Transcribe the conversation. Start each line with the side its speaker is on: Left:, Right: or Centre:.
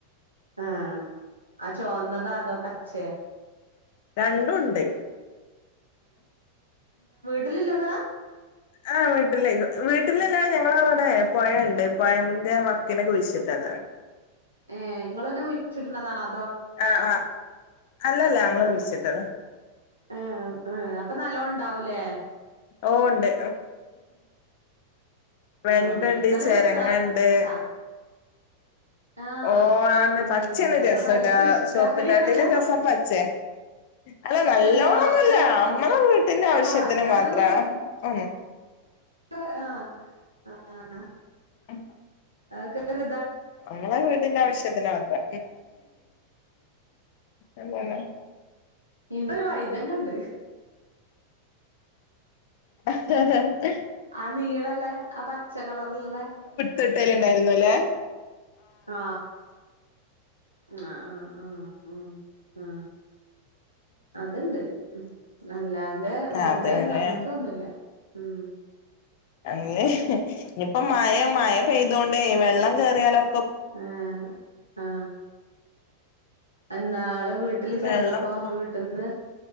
Right: ആ അ ചോനതാ തോ പച്ച യോ
Left: രണ്ടും ഉണ്ട്
Right: വീട്ടിൽലില്ലതാ
Left: ആ വീട്ടിലേ വീട്ടിലല്ല ഞങ്ങളവിടെ പൊഴുണ്ട് പൊഴന്റെ വക്കിന് കുഴിച്ചിട്ടതാങ്ങള്
Right: ഏ നിങ്ങന്നെ കുഴിച്ചിടുന്നതാണ് അ
Left: ആ അ അല്ലല്ല ഞങ്ങള്
Right: ഏഹ്
Left: കുഴിച്ചിട്ടതാ
Right: ഏഹ് ഏഹ് അപ്പൊ നല്ലോം ഇണ്ടാവൂലേ
Left: ഓ ഉണ്ട് വേണ്ട
Right: ആഹ്
Left: ഉണ്ട്,
Right: നല്ല
Left: ചെരങ്ങാ
Right: രസാ
Left: ഉണ്ട്
Right: ച്ച ആഹ്
Left: ഓ ആണ്
Right: ഏഹ്
Left: പച്ചണ്
Right: അപ്പൊ
Left: രസ
Right: നല്ല
Left: ടാ
Right: കൃഷിക്കാരിയാണല്ലോ
Left: ചോപ്പിനാട്ടില് രസം പച്ചേ അല്ല നല്ലോണൊന്നുല്ല
Right: ആഹ് പച്ച രസം
Left: നമ്മളെ വീട്ടിന്റെ ആവശ്യത്തിന്
Right: ആഹ് എന്നാലും
Left: മാത്ര ഉം
Right: ആ ആ
Left: മ്.
Right: ആ ക്കാരം.
Left: നമ്മളെ വീടിന്റെ ആവശ്യത്തിനകത്ത എന്തന്ന്
Right: ഇബര് വയ് തങ്ങണ്ട്
Left: ഹ ഹ ഹാ
Right: ആ നീളല്ലേ ആ പച്ച കളറ്ള്ള്ളേ
Left: തിട്ടല്ണ്ടായിരുന്നല്ലേ
Right: ആ ആ ആ ആ ആ ആ അത്ണ്ട് അല്ലാതെ വെണ്ടയൊന്നു
Left: ആഹ് അതന്നെല്ലേ
Right: അങ്ങൻത്തൊന്നുല്ല ഉം
Left: അങ്ങ് ഞി പ്പം മഴ മഴ പെയ്തോണ്ടേ വെ ള്ളം കേറിയാലോ
Right: ആ ആ ആ അന്നാള് വീട്ടില് ചെന്നപ്പോ
Left: വെള്ളം പോ
Right: വീട്ട്ന്ന്